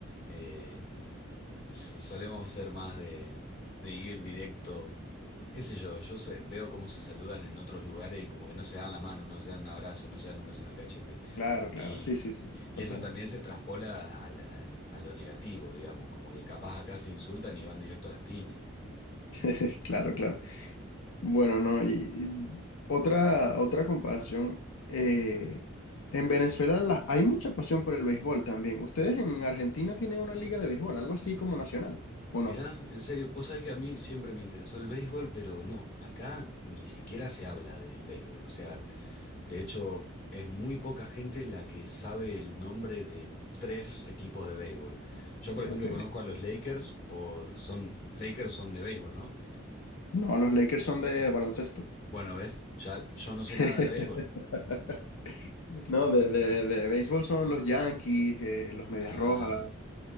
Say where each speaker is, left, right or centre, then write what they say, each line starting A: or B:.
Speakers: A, on the left (about 45°); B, on the left (about 80°).
A: Eh, so- solemos ser más de, de ir directo, qué sé yo, yo sé- veo cómo se saludan en otros lugares y como que no se dan la mano, no se dan un abrazo, no se dan un beso en el cachete.
B: Claro, claro,
A: Y,
B: sí, sí, sí,
A: y
B: total.
A: eso también se traspola a la- a lo negativo, digamos, como que capaz acá se insultan y van directo a las piñas.
B: <laughs> Claro, claro. Bueno, no, y, y otra, otra comparación. eh, en Venezuela la- hay mucha pasión por el béisbol también. ¿Ustedes en Argentina tienen una liga de béisbol, algo así como nacional, o no?
A: Mirá, en serio, vos sabés que a mí siempre me interesó el béisbol, pero no, acá ni siquiera se habla del béisbol. O sea, de hecho, es muy poca gente la que sabe el nombre de tres equipos de béisbol. Yo, por ejemplo,
B: Ok.
A: conozco a los Lakers por, son, Lakers son de béisbol, ¿no?
B: No, los Lakers son de baloncesto.
A: Bueno, ves, ya yo no sé
B: <laughs>
A: nada de béisbol.
B: No, de, de, de béisbol son los Yankees, eh, los Medias
A: Ah,
B: Rojas.